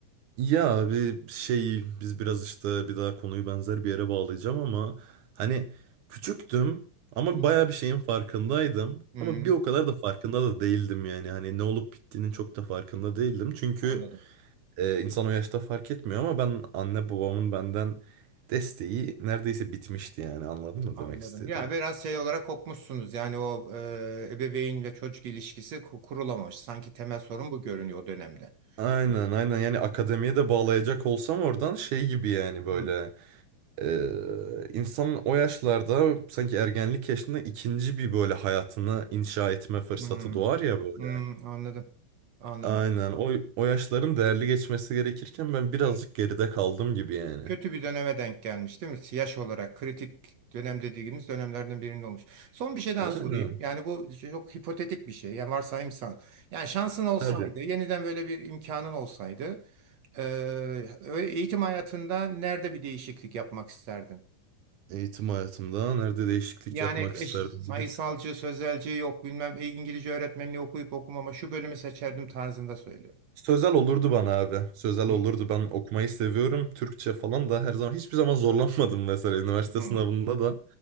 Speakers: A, on the right; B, on the right.
A: Ya abi şey biz biraz işte bir daha konuyu benzer bir yere bağlayacağım ama hani küçüktüm ama
B: Hı hı.
A: baya bir şeyin farkındaydım
B: Hı,
A: ama bir o kadar da farkında da değildim yani hani ne olup bittiğinin çok da farkında değildim çünkü
B: anladım.
A: e, insan o yaşta fark etmiyor ama ben anne babamın benden desteği neredeyse bitmişti yani anladın mı
B: Anladım.
A: demek istediğim?
B: Ya biraz şey olarak kopmuşsunuz. Yani o e, ebeveyn ve çocuk ilişkisi ku- kurulamamış. Sanki temel sorun bu görünüyor o dönemde.
A: Aynen
B: Hı,
A: aynen yani akademiye de bağlayacak olsam oradan şey gibi yani böyle.
B: hı,
A: Ee, insanın o yaşlarda sanki ergenlik yaşında ikinci bir böyle hayatını inşa etme fırsatı
B: hı,
A: doğar ya böyle.
B: hı, anladım. Anladım.
A: Aynen o, o yaşların değerli geçmesi gerekirken ben birazcık
B: Evet.
A: geride kaldım gibi yani.
B: Kötü bir döneme denk gelmiş değil mi? Yaş olarak kritik dönem dediğimiz dönemlerden birinde olmuş. Son bir şey daha
A: Aynen
B: sorayım. Yani bu çok hipotetik bir şey. Yani varsayımsan. Yani şansın olsaydı,
A: tabii.
B: yeniden böyle bir imkanın olsaydı, e, eğitim hayatında nerede bir değişiklik yapmak isterdin?
A: Eğitim hayatımda nerede değişiklik
B: Yani
A: yapmak
B: eş,
A: isterdim
B: sayısalcı,
A: dedi.
B: sözelci yok bilmem e, İngilizce öğretmenliği okuyup okumama şu bölümü seçerdim tarzında söylüyor.
A: Sözel olurdu bana abi. Sözel
B: Hmm,
A: olurdu. Ben okumayı seviyorum. Türkçe falan da her zaman hiçbir zaman zorlanmadım mesela üniversite
B: hmm,
A: sınavında da.